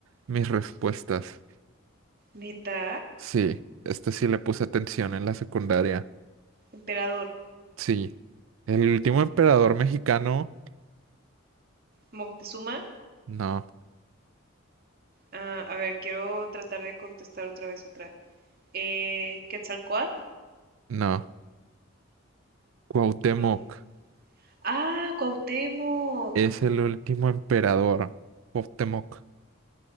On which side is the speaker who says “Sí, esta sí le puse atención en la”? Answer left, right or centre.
Right